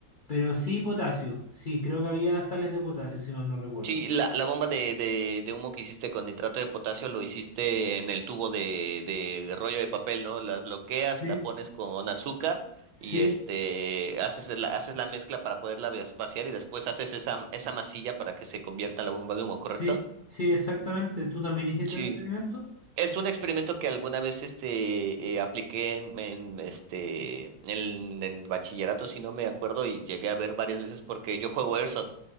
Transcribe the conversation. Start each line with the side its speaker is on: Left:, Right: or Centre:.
Left: pero sí potasio. Sí, creo que había sales de potasio, si mal no recuerdo.
Right: Sí, la, la bomba de, de, de humo que hiciste con nitrato de potasio lo hiciste en el tubo de, de rollo de papel, ¿no? La bloqueas,
Left: Sí,
Right: la pones con azúcar
Left: sí,
Right: y este haces la, haces la mezcla para poderla vac- vaciar y después haces esa, esa masilla para que se convierta en la bomba de humo, ¿correcto?
Left: sí, sí, exactamente. ¿Tú también hiciste
Right: Sí.
Left: ese experimento?
Right: Es un experimento que alguna vez este, eh, apliqué en, en, este, en, en bachillerato, si no me acuerdo, y llegué a ver varias veces porque yo juego Airsoft.